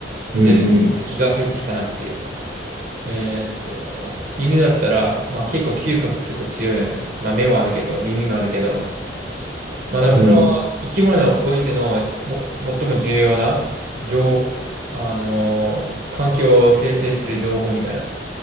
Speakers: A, on the right (about 75°); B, on the right (about 50°).
A: うん、
B: で、敵が入ってきたなっていう。えーっと、犬だったら、まあ結構嗅覚結構強いよね。まあ目もあるけど、耳もあるけど、まあでもその生き物においてのも最も重要な情報、
A: うん、
B: あのー環境を生成する情報みたいな。